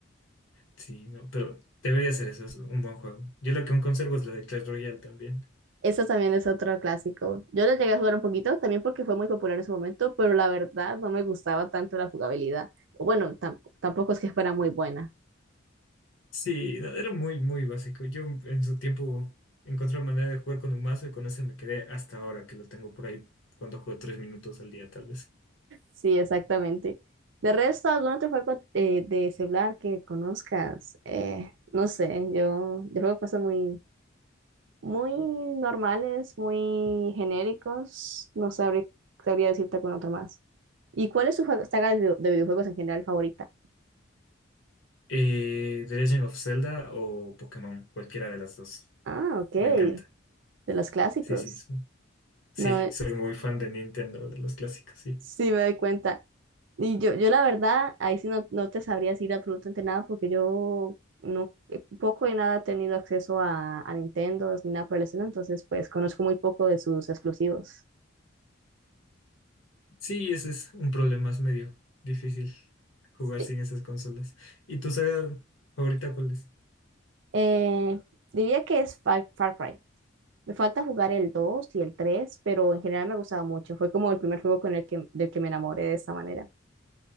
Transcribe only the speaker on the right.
Eso también es otro clásico. Yo lo llegué a jugar un poquito, también porque fue muy popular en su momento, pero la verdad no me gustaba tanto la jugabilidad. O Bueno, tam- tampoco es que fuera muy buena.
Sí, exactamente. De resto, ¿algún otro juego eh, de celular que conozcas? Eh, no sé, yo, yo juego cosas muy, muy normales, muy genéricos. No sabré- sabría decirte algún otro más. ¿Y cuál es su juego- saga de, video- de videojuegos en general favorita?
Ah, ok, de
los clásicos.
No, Sí.
sí me doy cuenta. Y yo, yo la verdad, ahí sí no, no te sabría decir absolutamente nada porque yo no, eh, poco y nada he tenido acceso a, a Nintendo ni nada por el estilo, entonces pues conozco muy poco de sus exclusivos.
Sí.
Eh, diría que es Far, Far Cry. Me falta jugar el 2 y el tres pero en general me ha gustado mucho. Fue como el primer juego con el que, del que me enamoré de esta manera.